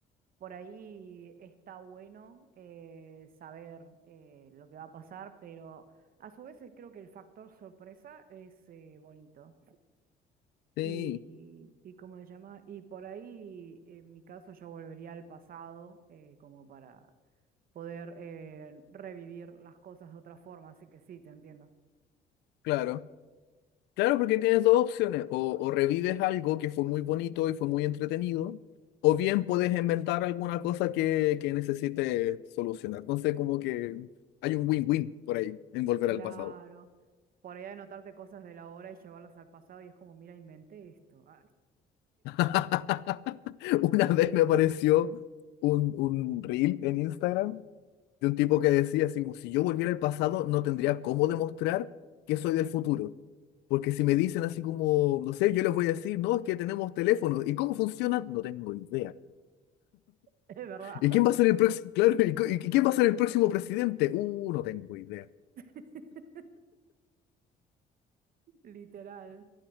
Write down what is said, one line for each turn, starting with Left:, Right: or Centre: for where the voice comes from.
Right: por ahí está bueno eh, saber eh, lo que va a pasar, pero a su vez eh, creo que el factor sorpresa es eh, bonito.
Left: Sí,
Right: Y, y cómo se llama, y por ahí en mi caso yo volvería al pasado eh, como para poder eh, revivir las cosas de otra forma, así que sí, te entiendo.
Left: claro. Claro, porque tienes dos opciones. O, o revives algo que fue muy bonito y fue muy entretenido, o bien puedes inventar alguna cosa que, que necesites solucionar. Entonces, como que hay un win-win por ahí en volver
Right: Claro,
Left: al pasado.
Right: por ahí anotarte cosas de la hora y llevarlas al pasado y es como, mira, inventé esto, Ah, <laughs>
Left: <laughs> Una vez me apareció un, un reel en Instagram de un tipo que decía así como, si yo volviera al pasado no tendría cómo demostrar que soy del futuro. Porque si me dicen así como, no sé, yo les voy a decir, no, es que tenemos teléfonos. ¿Y cómo funcionan? No tengo idea.
Right: es verdad,
Left: ¿Y quién va a ser el próximo? <laughs> Claro, ¿y, co- y quién va a ser el próximo presidente? Uh, no tengo idea.
Right: <laughs> literal.